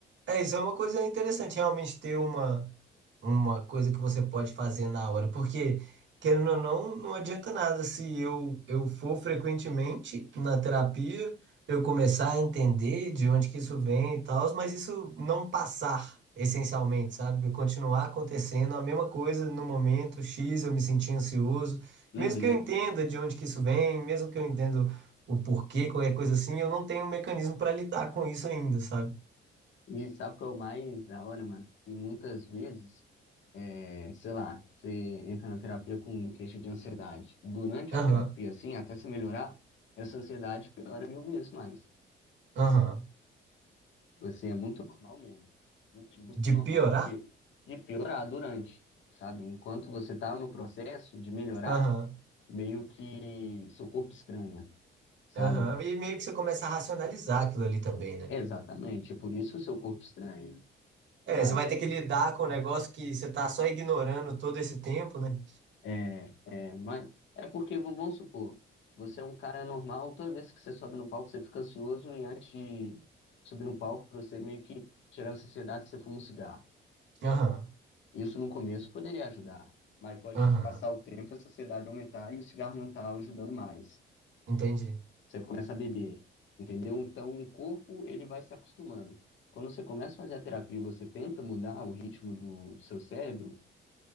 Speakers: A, on the right; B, on the left.
A: É, isso é uma coisa interessante, realmente ter uma, uma coisa que você pode fazer na hora, porque, querendo ou não, não adianta nada se eu, eu for frequentemente na terapia, eu começar a entender de onde que isso vem e tal, mas isso não passar, essencialmente, sabe? Continuar acontecendo a mesma coisa no momento X, eu me senti ansioso,
B: Uhum.
A: mesmo que eu entenda de onde que isso vem, mesmo que eu entenda o porquê, qualquer coisa assim, eu não tenho um mecanismo para lidar com isso ainda, sabe?
B: E sabe o que é o mais da hora, mano? Que muitas vezes, é, sei lá, você entra na terapia com queixa de ansiedade. E durante
A: Aham.
B: a terapia, assim, até se melhorar, essa ansiedade piora mil vezes mais.
A: Aham.
B: Assim, é muito normal mesmo. Muito, muito
A: De
B: normal.
A: piorar?
B: Porque de piorar durante, sabe? Enquanto você tá no processo de melhorar,
A: Aham.
B: meio que seu corpo estranha, sabe?
A: Aham. E meio que você começa a racionalizar aquilo ali também, né?
B: Exatamente. É por isso que o seu corpo estranha,
A: É,
B: sabe?
A: você vai ter que lidar com um negócio que você tá só ignorando todo esse tempo, né?
B: É, é, mas é porque, vamos supor, você é um cara normal, toda vez que você sobe no palco, você fica ansioso e antes de subir no palco, pra você meio que tirar a ansiedade, você fuma um cigarro.
A: Aham.
B: Isso no começo poderia ajudar, mas pode
A: Aham.
B: passar o tempo, e a ansiedade aumentar e o cigarro não tá ajudando mais.
A: Entendi.
B: Você começa a beber, entendeu? Então o corpo, ele vai se acostumando. Quando você começa a fazer a terapia e você tenta mudar o ritmo do seu cérebro,